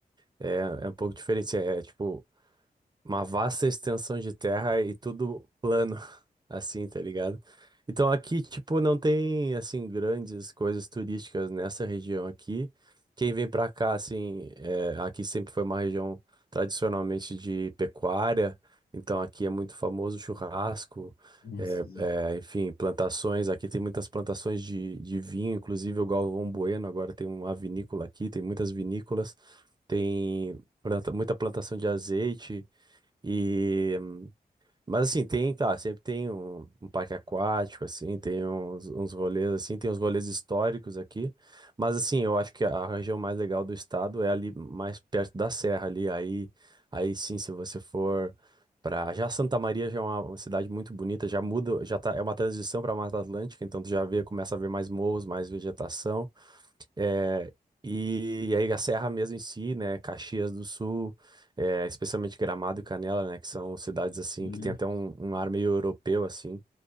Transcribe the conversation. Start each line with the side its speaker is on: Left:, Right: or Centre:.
Right: é, é um pouco diferente. É, é, tipo uma vasta extensão de terra e tudo plano. assim, tá ligado? Então aqui, tipo, não tem, assim, grandes coisas turísticas nessa região aqui. Quem vem pra cá, assim, é, aqui sempre foi uma região tradicionalmente de pecuária, então aqui é muito famoso churrasco,
Left: Hum,
Right: é,
Left: Sim,
Right: é, enfim, plantações. Aqui tem muitas plantações de, de vinho, inclusive o Galvão Bueno agora tem uma vinícola aqui, tem muitas vinícolas, tem planta- muita plantação de azeite. E mas assim, tem, tá, sempre tem um, um parque aquático, assim, tem uns, uns rolês, assim, tem uns rolês históricos aqui. Mas assim, eu acho que a região mais legal do estado é ali mais perto da serra ali. Aí, aí sim, se você for para já Santa Maria já é uma, uma cidade muito bonita, já muda, já tá, é uma transição para a Mata Atlântica, então tu já vê, começa a ver mais morros, mais vegetação. É, e, e aí a Serra mesmo em si, né, Caxias do Sul, é, especialmente Gramado e Canela, né, que são cidades assim
Left: Sim,
Right: que tem até um, um ar meio europeu assim,